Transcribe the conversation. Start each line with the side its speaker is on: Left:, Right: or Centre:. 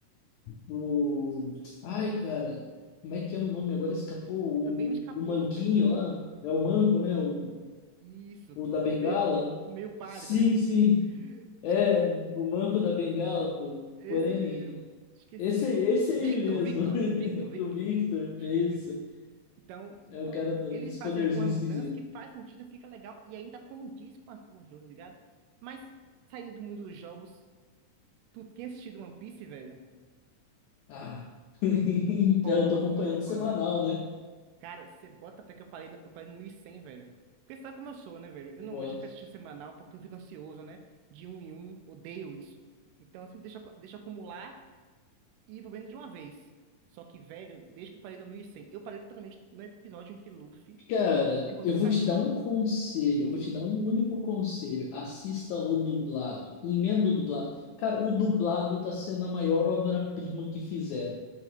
Left: O... Ai, cara, como é que é o nome? Agora escapou
Right: Ele Também me escapou,
Left: o, o Manquinho
Right: velho.
Left: lá. É o Manco, né? O,
Right: Isso,
Left: o da Bengala.
Right: o, o meio, o meio pálido.
Left: Sim, sim.
Right: <laughs>
Left: É,
Right: Esquece.
Left: o Manco da Bengala, pô.
Right: Esse
Left: Porém.
Right: mesmo. Esqueci
Left: Esse aí,
Right: agora.
Left: esse
Right: Victor,
Left: aí mesmo.
Right: Victor,
Left: <laughs>
Right: Victor, Victor.
Left: O Victor, é
Right: Isso.
Left: isso.
Right: Então, então,
Left: É o cara do-
Right: eles
Left: dos
Right: fazem
Left: poderzinhos
Right: algumas mudanças
Left: esquisitos.
Right: que faz sentido, fica legal e ainda condiz com, as, com o jogo, tá ligado? Mas saindo do mundo dos jogos. Tu tinha assistido One Piece, velho?
Left: Ah. <laughs> Então,
Right: Pô,
Left: eu tô acompanhando
Right: mano.
Left: semanal, né?
Right: Cara, você bota até que eu parei no, eu parei no 1100, velho. Porque sabe como eu sou, né, velho? Eu não
Left: Boto.
Right: gosto de ficar assistindo semanal porque eu fico ansioso, né? De um em um, odeio isso. Então, assim, deixa, acu- deixa acumular e vou vendo de uma vez. Só que, velho, desde que eu parei no 1100, eu parei literalmente no episódio em que Luffy
Left: Cara,
Right: derrotou
Left: eu vou
Right: Kaido.
Left: te dar um conselho, eu vou te dar um único conselho. Assista o dublado. Emenda o dublado. Cara, o dublado tá sendo a maior obra-prima que fizeram.